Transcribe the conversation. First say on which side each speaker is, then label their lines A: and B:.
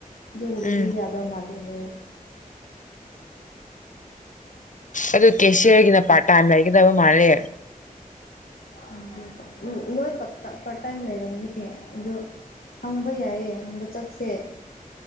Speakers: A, on the left; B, on the left.
A: ꯑꯗꯨꯒꯨꯝꯕꯗꯨ
B: ꯎꯝ
A: ꯌꯥꯗꯕ ꯃꯥꯜ ꯑꯦꯍ‌ꯦ
B: ꯑꯗꯨ ꯀꯦꯁꯤꯔꯒꯤꯅ ꯄꯥꯔꯠ ꯇꯥꯏꯝ ꯂꯩꯒꯗꯕ ꯃꯥꯜꯂꯦ
A: <unintelligible> ꯂꯣꯏ ꯄꯠ ꯄꯥꯔꯠꯇꯥꯏꯝ ꯂꯩꯔꯝꯅꯤ ꯑꯗꯨ ꯍꯪꯕ ꯌꯥꯏꯌꯦ ꯍꯪꯕ ꯆꯠꯁꯦ꯫